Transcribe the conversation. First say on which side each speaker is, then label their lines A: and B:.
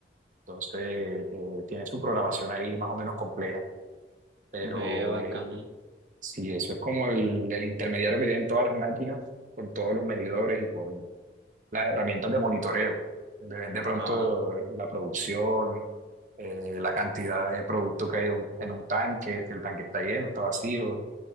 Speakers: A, on the right; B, on the right.
A: Entonces, eh, tiene su programación ahí más o menos compleja, pero
B: Ve bacano.
A: eh, sí, eso es como el, el intermediario que tienen todas las máquinas con todos los medidores y con las herramientas de monitoreo. donde ven de pronto
B: Ah,
A: eh, la producción, eh, la cantidad de producto que hay en un, en un tanque, si el tanque está lleno, está vacío,